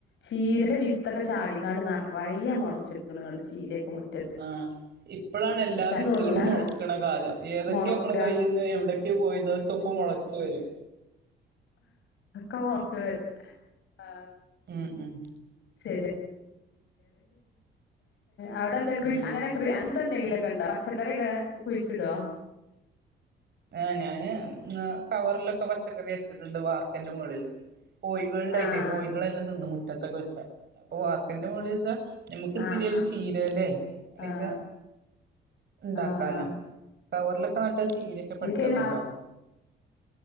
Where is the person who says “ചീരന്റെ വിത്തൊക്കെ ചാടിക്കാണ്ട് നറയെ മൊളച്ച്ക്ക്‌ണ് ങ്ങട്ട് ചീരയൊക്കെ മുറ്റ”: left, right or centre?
Left